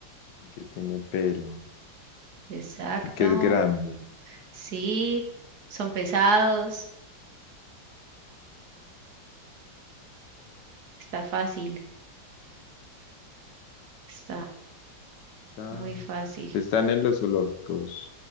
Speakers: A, on the left (about 70°); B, on the right (about 55°).
A: y que tiene pelo,
B: Exacto,
A: y que es grande.
B: sí, son pesados, está fácil, está
A: Está-
B: muy fácil.
A: están en los zoológicos.